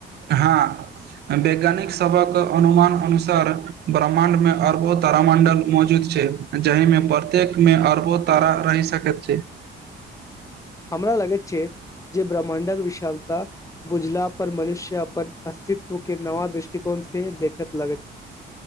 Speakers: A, on the right (about 55°); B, on the left (about 15°).
A: हँ वैज्ञानिक सबक अनुमान अनुसार ब्रह्मण्डमे मे अरबो तारामं्डल मौजूद छैय जहिमे प्रत्येक मे अरबो तारा रहि सक करत छैैय।
B: हमरा लगैत छैय जे ब्रह्मा्डक विशालता बुझला पर मनुष्य अपन अस्तित्व के नवा दृष्टिकोण से देखत लगैत छैय।